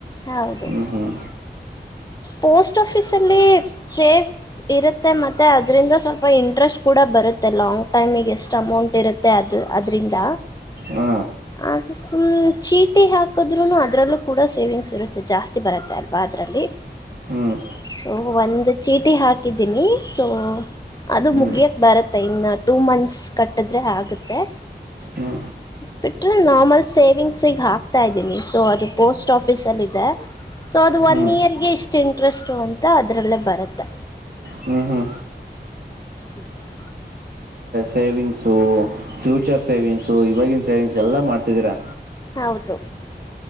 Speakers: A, on the left; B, on the right.
A: ಹೌದು
B: ಹ್ಮ್ ಹ್ಮ್
A: ಪೋಸ್ಟ್ ಆಫಿಸಲ್ಲಿ ಸ ಇರುತ್ತೆ ಮತ್ತೆ ಅದರಿಂದ ಸ್ವಲ್ಪ ಇಂಟ್ರೆಸ್ಟ್ ಕೂಡ ಬರುತ್ತೆ ಲಾಂಗ್ ಟೈಮಿಗೆ ಎಷ್ಟು ಅಮೌಂಟ್ ಇರುತ್ತೆ ಮತ್ತೆ ಅದು ಅದರಿಂದ
B: ಹಾ
A: ಅದು ಸುಮ್ಮನೆ ಚೀಟಿ ಹಾಕಿದ್ರರು ಅದರಲ್ಲೂ ಕೂಡ ಸೇವಿಂಗ್ಸ್ ಇರುತ್ತೆ ಜಾಸ್ತಿ ಬರುತ್ತೆ ಅಲ್ವಾ ಅದರಲ್ಲಿ
B: ಹ್ಮ್
A: ಸೊ ಒಂದ್ ಚೀಟಿ ಹಾಕಿದ್ದೀನಿ ಸೊ ಅದು
B: ಹ್ಞೂ
A: ಮುಗಿಯೋಕ್ಕೆ ಬರುತ್ತೆ ಇನ್ನು ಟೂ ಮಂತ್ಸ್ ಕಟ್ಟಿದ್ರೆ ಆಗುತ್ತೆ
B: ಹ್ಞೂ
A: ಬಿಟ್ರೆ ನಾರ್ಮಲ್ ಸೇವಿಂಗ್ಸಿಗೆ ಹಾಕ್ತಾ ಇದೀನಿ ಸೊ ಅದು ಪೋಸ್ಟ್ ಆಫೀಸ್ ಅಲ್ಲಿ ಇದೆ ಸೊ ಅದು
B: ಹ್ಞೂ
A: ಒನ್ ಇಯರ್ಗೆ ಇಷ್ಟ್ ಇಂಟ್ರೆಸ್ಟ್ ಅಂತ ಅದ್ರಲ್ಲೇ ಬರುತ್ತೆ
B: ಹ್ಮ ಹ್ಮ
A: ಹ್ಞ
B: ಸೇವಿಂಗ್ಸು ಫ್ಯೂಚರ್ ಸೇವಿಂಗ್ಸು ಇವಾಗಿನ ಸೇವಿಂಗ್ಸ್ ಎಲ್ಲಾ ಮಾಡ್ತಿದ್ದೀರಾ
A: ಹೌದು